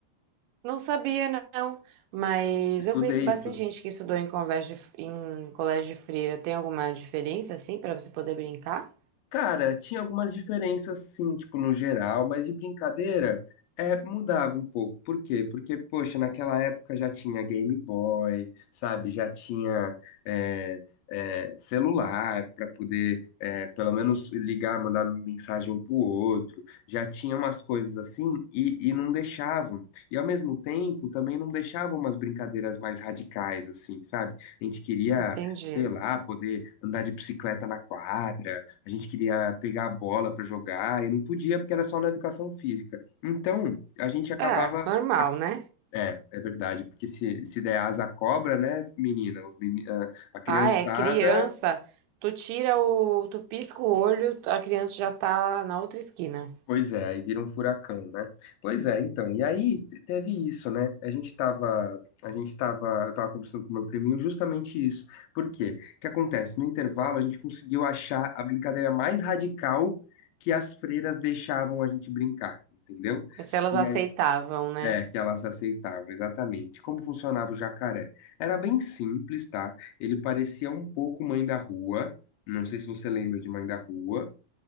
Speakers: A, on the right (about 90°); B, on the left (about 80°).
A: Não sabia, não. Mas
B: Estudei,
A: eu conheço bastante
B: estudei
A: gente que estudou em colégio, em colégio de freira. Tem alguma diferença, assim, para você poder brincar?
B: Cara, tinha algumas diferenças sim, tipo, no geral, mas de brincadeira, é, mudava um pouco. Por quê? Porque, poxa, naquela época já tinha Game Boy, sabe? Já tinha é, é, celular para poder, é, pelo menos, ligar, mandar mensagem um pro outro. Já tinha umas coisas assim e, e não deixavam. E, ao mesmo tempo, também não deixavam umas brincadeiras mais radicais, assim, sabe? A gente queria...
A: Entendi.
B: Sei lá, poder andar de bicicleta na quadra, a gente queria pegar a bola para jogar e não podia porque era só na educação física. Então, a gente acabava.
A: É, normal,
B: a-
A: né?
B: É, é verdade, porque se, se der asa à cobra, né, menina? Os meni- a a criançada.
A: Ah, é, criança. Tu tira o. Tu pisca o olho, a criança já tá na outra esquina.
B: Pois é, aí vira um furacão, né? Pois é, então. E aí te- teve isso, né? A gente tava. A gente tava. Eu tava conversando com o meu priminho justamente isso. Por quê? O que acontece? No intervalo, a gente conseguiu achar a brincadeira mais radical que as freiras deixavam a gente brincar, entendeu?
A: É Se elas
B: E
A: aceitavam, né?
B: É, que elas aceitavam, exatamente. Como funcionava o jacaré? Era bem simples, tá? Ele parecia um pouco Mãe da Rua. Não sei se você lembra de Mãe da Rua.